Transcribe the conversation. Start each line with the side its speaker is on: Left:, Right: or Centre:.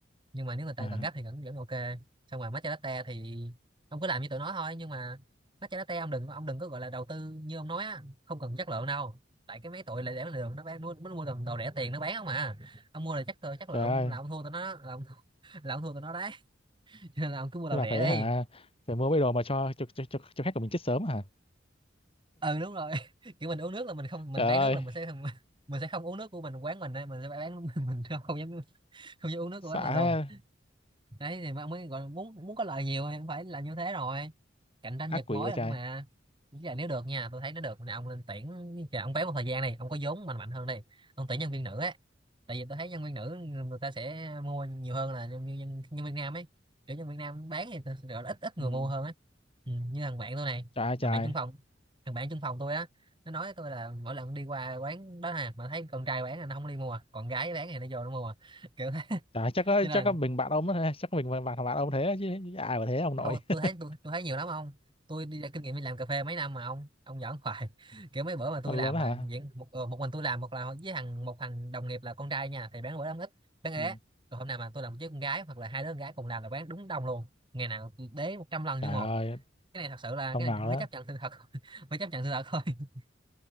Right: nhưng mà nếu người ta
Left: À,
Right: cần gấp thì vẫn vẫn ok xong rồi matcha latte thì ông cứ làm như tụi nó thôi nhưng mà matcha latte ông đừng ông đừng có gọi là đầu tư như ông nói á không cần chất lượng đâu tại cái mấy tụi lại để lượng nó bán nó, nó mua đồ, đồ rẻ tiền nó bán không à ông mua là chất lượng chất lượng
Left: trời ơi,
Right: là ông thua tụi nó là ông thua, <laughs> là ông thua tụi nó đấy <laughs> cho nên là ông cứ mua đồ
Left: thế là
Right: rẻ
Left: phải
Right: đi
Left: hả, phải mua mấy đồ mà cho cho cho, cho, cho khách của mình chết sớm hả?
Right: ừ đúng rồi <laughs> kiểu mình uống nước là mình không mình
Left: Trời
Right: bán
Left: ơi,
Right: nước là mình sẽ <laughs> mình sẽ không uống nước của mình quán mình đây mình sẽ bán <laughs> mình không không dám không dám uống nước của
Left: xã
Right: quán mình luôn đấy thì mà mới gọi muốn muốn có lợi nhiều thì cũng phải là như thế rồi cạnh tranh
Left: ác
Right: giật
Left: quỷ
Right: mối
Left: vậy
Right: là
Left: trời.
Right: nó mà Với là nếu được nha tôi thấy nó được nè ông lên tuyển chờ ông béo một thời gian này ông có vốn mạnh mạnh hơn đi ông tuyển nhân viên nữ ấy tại vì tôi thấy nhân viên nữ người ta sẽ mua nhiều hơn là nhân viên nhân, nhân viên nam ấy kiểu nhân viên nam bán thì tôi gọi là ít ít người
Left: Ừ.
Right: mua hơn á ừ, như thằng bạn tôi này
Left: Trời ơi, trời.
Right: thằng bạn chung phòng thằng bạn chung phòng tôi á nó nói với tôi là mỗi lần đi qua quán đó nè mà thấy con trai bán là nó không đi mua còn gái bán thì nó vô nó mua <laughs> kiểu thế
Left: Trời ơi, chắc có
Right: cho nên
Left: chắc có
Right: là
Left: mình bạn ông đó ha, chắc có mình bạn bạn bạn ông thế chứ ai mà thế ông
Right: đâu
Left: nội. <laughs>
Right: tôi thấy tôi, tôi thấy nhiều lắm ông tôi đi ra kinh nghiệm đi làm cà phê mấy năm mà ông ông giỡn hoài <laughs> kiểu mấy bữa mà tôi
Left: Thật luôn
Right: làm
Left: đó
Right: mà
Left: hả?
Right: diễn một ờ, một mình tôi làm một là với thằng một thằng đồng nghiệp là con trai nha thì bán bữa lắm ít bán ế
Left: Ừ.
Right: rồi hôm nào mà tôi làm với con gái hoặc là hai đứa con gái cùng làm là bán đúng đông luôn ngày nào tôi đế một trăm lần
Left: Trời
Right: như một
Left: ơi,
Right: cái này thật sự là
Left: không
Right: cái
Left: ngờ
Right: này không
Left: đó.
Right: thể chấp nhận sự thật <laughs> phải chấp nhận sự thật thôi <laughs>